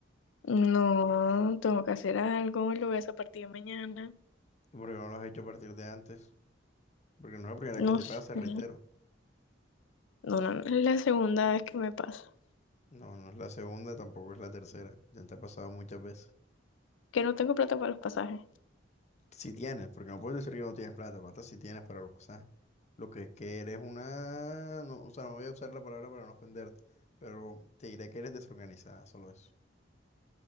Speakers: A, on the left (about 80°); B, on the left (about 35°).
A: No, tengo que hacer algo y lo voy a hacer a partir de mañana.
B: porque no lo has hecho a partir de antes. Porque no es la primera vez
A: No
B: que te
A: sé.
B: pasa, reitero.
A: No, no, no. Es la segunda vez que me pasa.
B: No, no es la segunda, tampoco es la tercera. Ya te ha pasado muchas veces.
A: Que no tengo plata para los pasajes.
B: Si tienes, porque no puedes decir que no tienes plata, plata si tienes para los pasajes. Lo que es que eres una... no, o sea, no voy a usar la palabra para no ofenderte, pero te diré que eres desorganizada, solo eso.